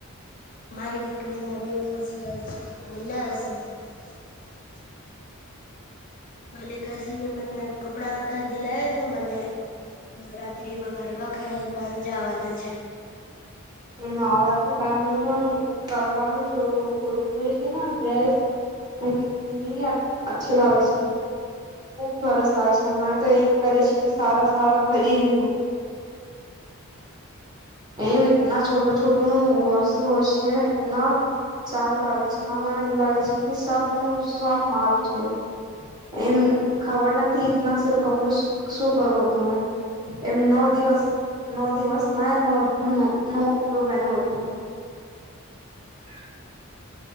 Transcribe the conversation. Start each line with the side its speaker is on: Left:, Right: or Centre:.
Left: મારી દી પલા આવે ફસ્ટ પ્રઇઝલાશે. <unintelligible> માલિકસન મને કપડા વપડા દિલાય તો મને નવરાત્રી માં ગરબ ખેલવા જવાના છે.
Right: નવરાત્રી ટાઈમ કરવાનું જો હોય છેને ડ્રેસ કેટલી અચછી લાગે છે ખુબ સરસ લાગે છે મરે તો એમ કરે છે કે સારા સાળા ખરીદો એમ ના છોટો છોટો નું વસ્ત્ર હોય છે ને એટના સારું લાગે છે ના મને લાગે છે કે સબનું સબ મારું છે એમ ખબર નથી એતના સરારું કપડું શું કરું હતું મેં એમ નો દિવસ નો દિવસ મા ન નવો કપડો પહેન હતું. <unintelligible>